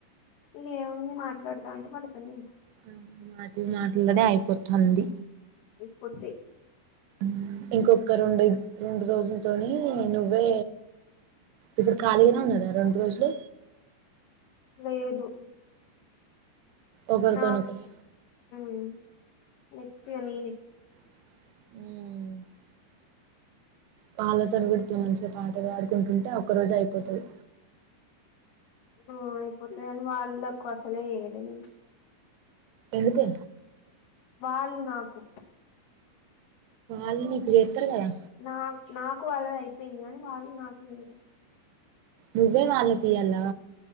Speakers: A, on the left; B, on the right.
A: ఇరు ఏముంది మా ట్లాడుతా అంటే పడుతునాయ్
B: ఆ మాటివి మాట్లాడే అయిపోతంది
A: ఇప్పుతే
B: మ్ ఇంకొక రెండు రెండు రోజులతోని నువ్వే ఇప్పుడు ఖాళీగానే ఉన్నారా రెండు రోజులు
A: లేదు
B: ఒకరితోనొకరు
A: నా మ్ నెక్స్ట్ ఇయర్ నేని
B: ఊ ఇంగా తరువాత నాకు రాదు రా పాలతోను కూడా ఇట్ల మంచి పాటలు పాడుకుంటుంటే ఒక్క రోజు అయిపోతది
A: ఆ అయిపోతదని వాళ్ళకు అసలే ఇయ్యలే నేను
B: ఎందుకే
A: వాళ్ళు నాకు
B: అల్నికు చెప్ ఏత్తరు కదా
A: నా నాకు వాళ్ళది అయిపోయింది కానీ వాళ్ళు నాకు లేదు
B: నువ్వే వాళ్ళకి ఇయ్యాల